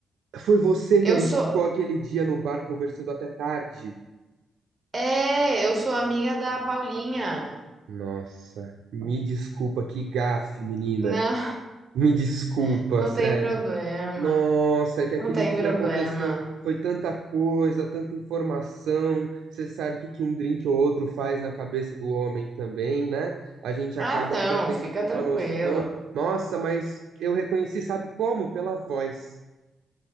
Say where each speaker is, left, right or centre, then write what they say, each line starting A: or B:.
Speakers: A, on the right; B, on the right.
A: <gasps> Foi você
B: Eu
A: que a gente
B: sou,
A: ficou aquele dia no bar conversando até tarde.
B: é, eu sou amiga da Paulinha.
A: Nossa, me desculpa, que gafe, menina.
B: Não,
A: Me desculpa,
B: <laughs> não
A: sério.
B: tem problema.
A: Nossa, é que aquele
B: Não tem
A: dia
B: problema.
A: aconteceu, foi tanta coisa, tanta informação. Você sabe o que que um drink ou outro faz na cabeça do homem também, né? A gente
B: Ah,
A: acaba
B: não,
A: perdendo
B: fica
A: um pouco
B: tranquilo.
A: a noção. Nossa, mas eu reconheci, sabe como? Pela voz.